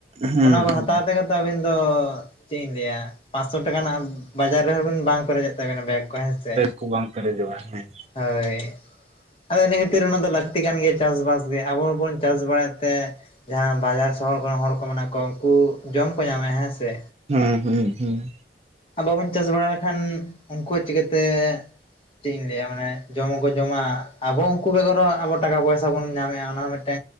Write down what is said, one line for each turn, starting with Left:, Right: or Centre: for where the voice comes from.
Right: ᱦᱮᱸ
Left: ᱚᱱᱟ ᱠᱚ
Right: ᱦᱮᱸ
Left: ᱦᱟᱛᱟᱣ ᱛᱮᱜᱮ ᱛᱚ ᱟᱹᱵᱤᱱ ᱫᱚ ᱪᱮᱫ ᱤᱧ ᱞᱟᱹᱭᱟ ᱯᱟᱸᱥᱚ ᱴᱟᱠᱟ ᱨᱮᱱᱟᱜ ᱵᱟᱡᱟᱨ ᱨᱮᱦᱚᱸ ᱵᱤᱱ ᱵᱟᱝ ᱯᱮᱨᱮᱡᱚᱜ ᱛᱟᱵᱮᱱᱟ ᱵᱮᱜ ᱠᱚ ᱦᱮᱸ ᱥᱮ
Right: ᱵᱮᱠ ᱠᱚ ᱵᱟᱝ ᱯᱮᱨᱮᱡᱚᱜᱼᱟ ᱦᱮᱸ
Left: ᱦᱳᱭ ᱟᱫᱚ ᱤᱱᱟᱹ ᱠᱷᱟᱹᱛᱤᱨ ᱚᱱᱟ ᱫᱚ ᱞᱟᱹᱠᱛᱤ ᱠᱟᱱ ᱜᱮᱭᱟ ᱪᱟᱥ ᱵᱟᱥ ᱜᱮ ᱟᱵᱚ ᱵᱚᱱ ᱪᱟᱥ ᱵᱟᱲᱟᱭᱮᱫ ᱛᱮ ᱡᱟᱦᱟᱸ ᱵᱟᱡᱟᱨ ᱥᱚᱦᱚᱨ ᱠᱚᱨᱮᱱ ᱦᱚᱲ ᱠᱚ ᱢᱮᱱᱟᱜ ᱠᱚᱣᱟ ᱩᱱᱠᱩ ᱡᱚᱢ ᱠᱚ ᱧᱟᱢᱟ ᱦᱮᱸ ᱥᱮ
Right: ᱦᱩᱸ ᱦᱩᱸ ᱦᱩᱸ
Left: ᱵᱟᱵᱚᱱ ᱪᱟᱥ ᱵᱟᱲᱟ ᱞᱮᱠᱷᱟᱱ ᱩᱱᱠᱩ ᱦᱚᱸ ᱪᱤᱠᱟᱹᱛᱮ ᱪᱮᱫ ᱤᱧ ᱞᱟᱹᱭᱟ ᱢᱟᱱᱮ ᱡᱚᱢ ᱦᱚᱸ ᱠᱚ ᱡᱚᱢᱟ ᱟᱵᱚ ᱩᱱᱠᱩ ᱵᱮᱜᱚᱨ ᱦᱚᱸ ᱟᱵᱚ ᱴᱟᱠᱟ ᱯᱚᱭᱥᱟ ᱵᱚᱱ ᱧᱟᱢᱮᱫᱼᱟ ᱚᱱᱟ ᱢᱤᱫᱮᱱ